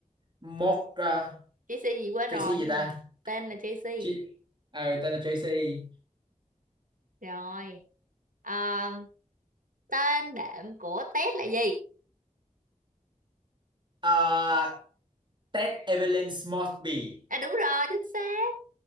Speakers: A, on the right; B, on the right.
A: Mod à,
B: Tracy gì quên
A: JC
B: rồi
A: gì
B: nhưng
A: ta
B: mà tên là Tracy.
A: J, ờ tên là JC
B: Rồi. À, tên đệm của Ted là gì?
A: à, Test Evelyn Mosby
B: À đúng rồi, chính xác.